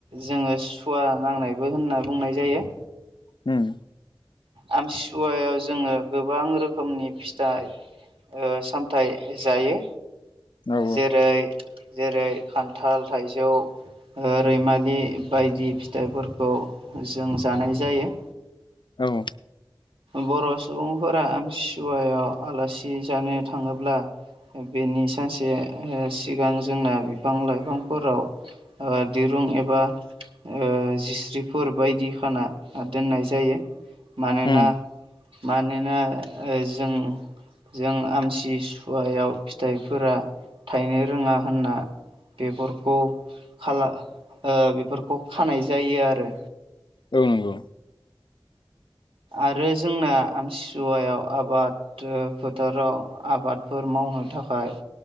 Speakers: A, on the right; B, on the left.
A: जोङो सुवा नांनायबो होनना बुंनाय जायो।
B: ओम।
A: आमतिसुवायाव जोङो गोबां रोखोमनि फिथाइ। ओ सामथाय जायो
B: औ
A: जेरै। जेरै खान्थाल थाइजौ। ओ रैमालि बायदि फिथाइफोरखौ जों जानाय जायो।
B: औ
A: बर' सुबुंफोरा आमथिसुवायाव आलासि जानो थाङोब्ला बेनि सानसे ओ सिगां जोंना बिफां लाइफांफोराव ओ दिरुं एबा ओ जिस्रिफोर बायदि खाना दोननाय जायो मानोना
B: उम
A: मानोना ओ जों जों आमथिसुवायाव फिथाइफोरा थायनो रोङा होनना बेफोरखौ खाला ओ बेफोरखौ खानाय जायो आरो।
B: औ नंगौ।
A: आरो जोंना आमथिसुवायाव आबाद ओ फोथाराव आबादफोर मावनो थाखाय